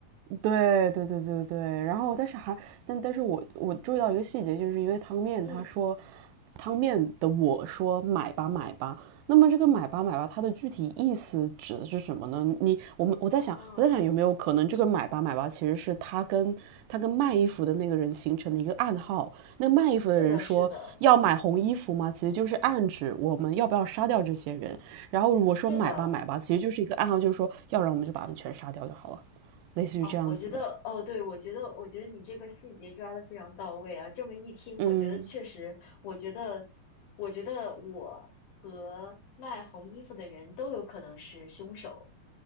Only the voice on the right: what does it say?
对对对对对，然后但是还但但是我我注意到一个细节，就是因为汤面他说
汤面的我说买吧买吧，那么这个买吧买吧它的具体意思指的是什么呢？你我们我在想我在想有没有可能这个买吧买吧其实是他跟他跟卖衣服的那个人形成的一个暗号，
那卖衣服的人说要买红衣服吗？
其实就是暗指我们要不要杀掉这些人，然后我说买吧买吧，
其实就是一个暗号，就是说要不然我们就把他们全杀掉就好了。类似于这样子的。
嗯，